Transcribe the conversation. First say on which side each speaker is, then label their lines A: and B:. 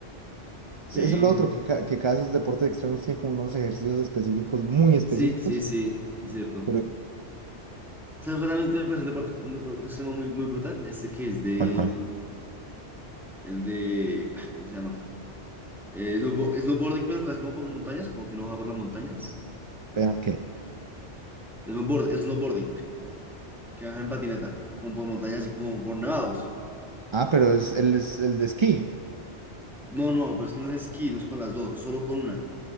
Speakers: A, on the right; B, in the centre.
A: Es-
B: Ve.
A: Eso es lo otro, que, ca- que cada de esos deportes extremos tiene como unos ejercicios específicos, muy específicos.
B: Sí, sí, sí, es cierto.
A: Pero,
B: ¿Sabes cuál también me presenté un deporte, un deporte extremo muy, muy brutal? Este que es de,
A: ¿Cuál, cuál?
B: el de, ah, ¿cómo se llama? Eh, snowbo- snowboarding, pero casi como por montañas, como que uno baja por las montañas.
A: pero ¿qué?
B: Snowboard, snowboarding, que baja en patineta, como por montañas y como por nevados.
A: Ah, pero es el, es el de esquí.
B: No, no, pero es que no es esquí, no es con las dos, solo con una.